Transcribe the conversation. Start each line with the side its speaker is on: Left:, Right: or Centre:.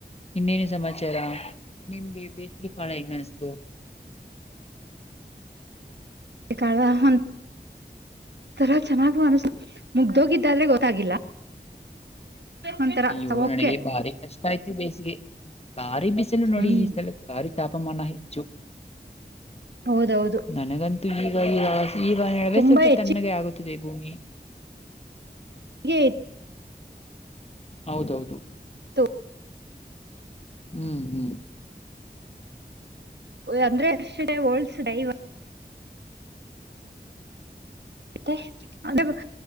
Left: ಇನ್ನೇನು ಸಮಾಚಾರ ನಿಮ್ಗೆ ಬೇಸಿಗೆ ಕಾಣ ಹೆಂಗ ಅನಿಸ್ತು
Right: ಕಹ ತರ ಚೆನ್ನಾಗ ಅಸ ಮುಗ್ದೋಗಿದ್ದಾದ್ರೆ ಗೊತ್ತಾಗಿಲ್ಲ ಒಂಥರ
Left: ಅಯ್ಯೋ
Right: ಓಕೆ
Left: ನನಗೆ ಭಾರಿ ಕಷ್ಟ ಆಯ್ತಿು ಬೇಸಿಗೆ ಭಾರಿ ಬಿಸಿಲು ನೋಡಿ
Right: ಹ್ಮ್
Left: ಈ ಸಲ ಭಾರಿ ತಾಪಮಾನ ಹೆಚ್ಚು
Right: ಹೌದೌದು
Left: ನನಗಂತೂ ಈಗ ಈ ಈಗ ನಡುವೆ
Right: ತುಂಬಾ
Left: ಸ್ವಲ್ಪ
Right: ಹೆಚ್ಚಿಗೆ
Left: ತ್ಣಗೆ ಆಗುತ್ತಿದೆ ಭೂಮಿ
Right: ಎಟ್
Left: ಹೌದೌದು
Right: ತ
Left: ಹ್ಮ್ ಹ್ಮ್
Right: ಅಂದ್ರೆ ಎ ಡೇ ವಓಲ್ಡ್ಸ್ ಡೈ ತ್ತ ಅಂದ್ರೆ